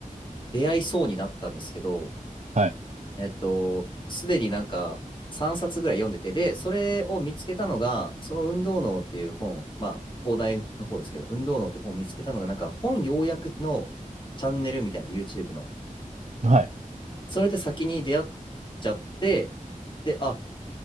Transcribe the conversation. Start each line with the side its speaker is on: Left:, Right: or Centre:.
Left: 出会いそうになったんですけど、
Right: はい。
Left: えっと、すでになんか3冊ぐらい読んでて、で、それを見つけたのが、その運動脳っていう本、まあ、放題の方ですけど、運動脳っていう本を見つけたのが、なんか本要約のチャンネルみたいな YouTube の。
Right: はい。
Left: それで先に出会っちゃって、で、あ、